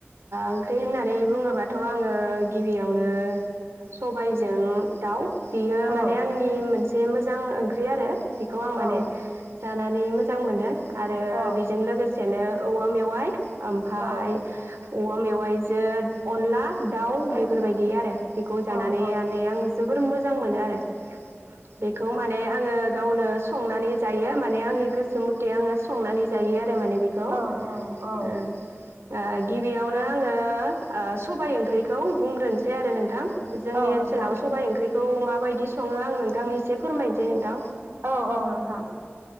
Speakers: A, on the right; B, on the right.
A: ओंख्रि होननानै बुङोबाथ' आङो गिबियावनो सबायजों दाउ बियो
B: औ
A: माने आंनि मोनसे मोजां ओंख्रि आरो बेखौ आं माने
B: औ
A: जानानै मोजां मोनो आरो
B: औ
A: लोगोसेनो औवा मेवाय ओमफाय
B: औ
A: औवा मेवाइजो अनला दाउ
B: औ
A: बेफोरबायदि आरो बेखौ
B: औ
A: जानानै माने आं जोबोद मोजां मोनो आरो बेखौ माने आङो गावनो संनानै जायो माने आंनि गोसो मथे आङो संनानै जायो जायो माने बेखौ ओह
B: औ औ औ
A: आह गिबियावनो आङो सबाय ओंख्रिखौ बुंग्रोनोसै आरो नोंथां जोंनि
B: औ
A: ओनसोलाव
B: नोंथां
A: सबाय ओंख्रि खौ माब बायदि सङो आं नोंथांनि एसे फोरमायनोसै नोंथां
B: औ औ नोंथां